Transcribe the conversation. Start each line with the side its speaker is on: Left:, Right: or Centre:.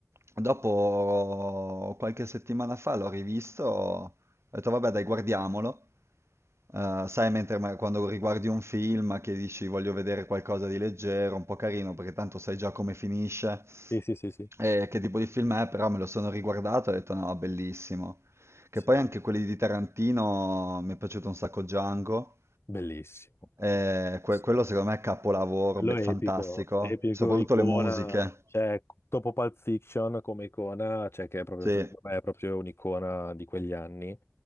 Right: dopo qualche settimana fa l'ho rivisto, ho detto vabbè dai guardiamolo, Eh, sai mentre ma- quando riguardi un film che dici voglio vedere qualcosa di leggero, un po' carino, perché tanto sai già come finisce
Left: Sì, sì, sì, sì.
Right: e che tipo di film è, però me lo sono riguardato e ho detto no, bellissimo. Che
Left: Sì.
Right: poi anche quelli di Tarantino mi è piaciuto un sacco Django.
Left: Bellissimo.
Right: Eh,
Left: bellissimo.
Right: que- quello secondo me è capolavoro,
Left: Quello
Right: be-
Left: è
Right: fantastico,
Left: epico, epico,
Right: soprattutto
Left: icona,
Right: le musiche.
Left: cioè dopo Pulp Fiction come icona, cioè che è proprio,
Right: Sì,
Left: secondo me, è proprio un'icona di quegli anni.